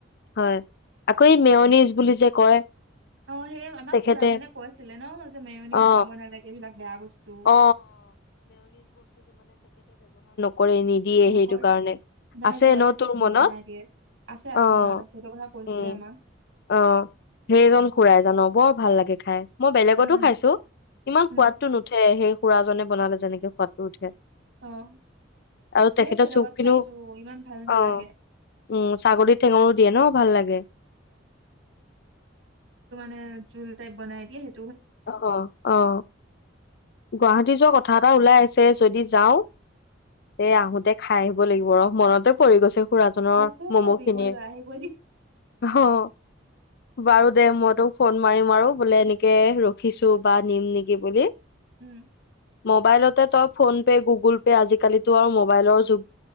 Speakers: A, on the left (about 55°); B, on the right (about 75°).
A: হয়, আকৌ এই মেয়নিজ বুলি যে কয়।
B: অ' সেই আমাক
A: তেখেতে
B: খুৰা জনে কৈছিলে ন' যে মেয়নিজ
A: অ
B: খাব নালাগে এইবিলাক বেয়া বস্তু।
A: অ কৰে নিদিয়ে
B: নকৰে
A: সেইটো কাৰণে
B: সেইকাৰণে
A: আছে
B: ঘৰতে
A: ন' তোৰ
B: চাটনি
A: মনত?
B: বনাই দিয়ে আছে আছে
A: অ'
B: মনত আছে সেইটো কথা কৈছিলে
A: উম,
B: আমাক
A: অ'। সেইজন খুৰাই জান বৰ ভাল লাগে খাই। মই বেলেগতো
B: উম
A: খাইছো, ইমান
B: উম
A: সোৱাদটো নুঠে। এ সেই খুৰাজনে বনালে যেনেকে সোৱাদটো উঠে
B: অ',
A: আৰু তেখেতৰ
B: মইও বেলেগত
A: চুপ খিনিও
B: খাইছো ইমান ভাল নালাগে।
A: অ উম, ছাগলী ঠেঙৰো দিয়ে ন ভাল লাগে।
B: এ জুল টাইপ বনাই দিয়ে সেই
A: অঁ অঁ, অঁ। গুৱাহাটী যোৱা কথা এটা ওলাই আছে যদি যাওঁ এ আহোতে খাই আহিব লাগিব ৰ মনতে পৰি গৈছে। খুৰাজনৰ
B: মোকো
A: মম'
B: কবি
A: খিনিৰ,
B: মই লৈ আহিব দিম
A: অ'। বাৰু দে মই তোক ফোন মাৰিম আৰু বোলে এনেকে ৰ খিচো বা নিম নেকি বুলি
B: উম
A: মোবাইলতে তই ফোন পে', গুগল পে' আজিকালিতো আৰু মোবাইলৰ যুগ।